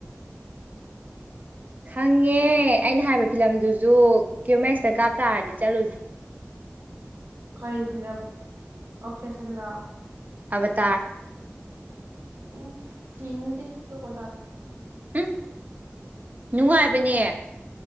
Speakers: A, on the right; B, on the right.
A: ꯈꯪꯉꯦ ꯑꯩꯅ ꯍꯥꯏꯕ ꯐꯤꯂꯝꯗꯨꯁꯨ ꯀ꯭ꯌꯨꯃꯦꯛꯁꯇ ꯀꯥꯞꯇꯥꯥꯔꯗꯤ ꯆꯠꯂꯨꯁꯦ
B: ꯀꯔꯤ ꯐꯤꯂꯝ ꯑꯣꯐꯐꯦꯁꯟꯗ
A: ꯑ ꯇ
B: ꯎꯝ ꯍꯗꯤꯗ ꯀ ꯇꯗ
A: ꯎꯝ ꯅꯨꯡꯉꯥꯏꯕꯅꯦ